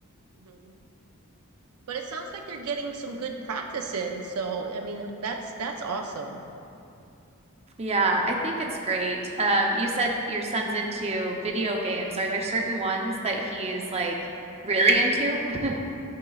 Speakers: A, on the right; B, on the right.
A: Mhm. But it sounds like they're getting some good practice in. So, I mean, that's that's awesome.
B: Yeah, I think it's great. Um, you said your son's into video games. Are there certain ones that he's like really into? <laughs>